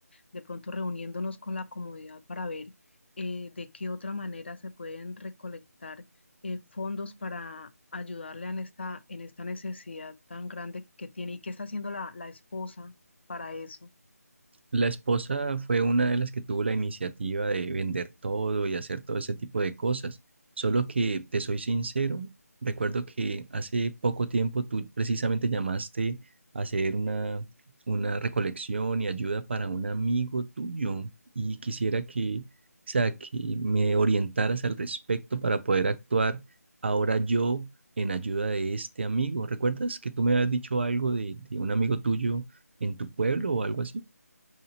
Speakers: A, on the left; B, on the right.
A: de pronto reuniéndonos con la comunidad para ver eh, de qué otra manera se pueden recolectar eh, fondos para ayudarle en esta, en esta necesidad tan grande que tiene y qué está haciendo la, la esposa para eso.
B: La esposa fue una de las que tuvo la iniciativa de vender todo y hacer todo ese tipo de cosas. Solo que te soy sincero, recuerdo que hace poco tiempo tú precisamente llamaste a hacer una, una recolección y ayuda para un amigo tuyo y quisiera que, o sea, que me orientaras al respecto para poder actuar ahora yo en ayuda de este amigo. ¿Recuerdas que tú me habías dicho algo de, de un amigo tuyo en tu pueblo o algo así?